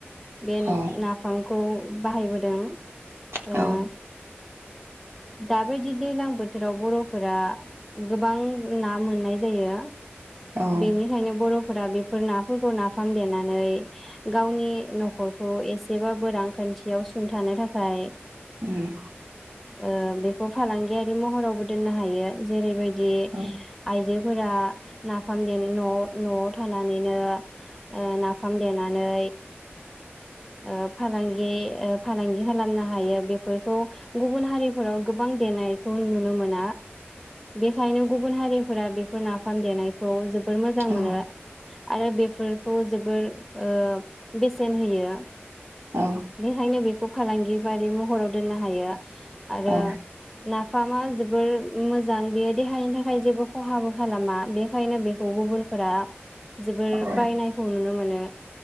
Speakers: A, in the centre; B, on the right (about 70°).
A: बे
B: औ
A: नाफां खौ बाहायबोदों
B: औ
A: ओं दाबायदि दैलां बो थोराव बर'फोरा गोबां ना मोननाय जायो।
B: औ
A: बेनिखायनो बर फोरा बेफोर नाफोरखौ नाफाम देनानै गावनि न'खरखौ एसेबाबो रां खान्थियाव सुंथानो थाखाय। ओ
B: उम
A: बेखौ फालांगि गि महरावबो दोननो हायो जेरैबाय दि
B: औ
A: आइजोफोरा। नाफाम देना न' न'आव थानानैनो ओ नाफाम देनानै ओ फालांगि ओ फालांगि खालामना हायो बेफोरखौ गुबुन हारिफोराव गोबां देनायखौ नुनो मोना बेखायनो गुबुन हारिफोरा बेफोर नाफाम देनायखौ जो बोर मोजां मोनो।
B: औ
A: आरो बेफोरखौ जोबोर। ओ बेसेन होयो
B: औ
A: बेखायनो बेखौ फालांगि बारि महराव दोननो हायो। आरो
B: औ
A: ना फामा जोबोर मोजां बे देहानि थाखाय जेबो खहाबो खालामा बेखायनो बेखौ गुबुनफोरा। जोबोर
B: औ
A: बायनायखौ नुनो मोनो नो।